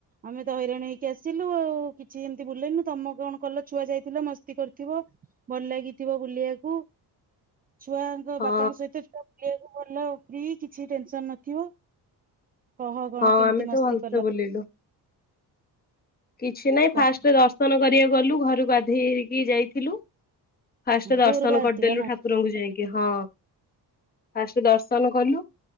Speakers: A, on the right (about 25°); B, on the left (about 25°).
A: ଆମେ ତ ହଇରାଣ ହେଇକି ଆସିଲୁ ଆଉ କିଛି ଏମିତି ବୁଲେଇନୁ ତମ କଣ କଲ ଛୁଆ ଯାଇଥିଲ ମସ୍ତି କରିଥିବ। ଭଲ ଲାଗିଥିବ ବୁଲିବାକୁ ଛୁଆଙ୍କ
B: ହଁ
A: ବାପାଙ୍କ ସହିତ ବୁଲିବାକୁବି ଭଲ ଫ୍ରି କିଛି ଟେନସନ ନଥିବ। କହ କଣ
B: ହଁ
A: କେମିତି
B: ଆମେ ତ
A: ମସ୍ତି
B: ଭଲସେ
A: କଲ।
B: ବୁଲିଲୁ। କିଛି ନାହିଁ
A: କଣ
B: ଫାଷ୍ଟ ଦର୍ଶନ କରିବାକୁ ଗଲୁ ଘରକୁ ବାଧେଇକି ଯାଇଥିଲୁ। ଫାଷ୍ଟ
A: କଲ
B: ଦର୍ଶନ
A: ଭୋରୁ ବାହାରିଥିବ
B: କରିଦେଲୁ
A: ନା
B: ଠାକୁରଙ୍କୁ ଯାଇକି ହଁ ଫାଷ୍ଟ ଦର୍ଶନ କଲୁ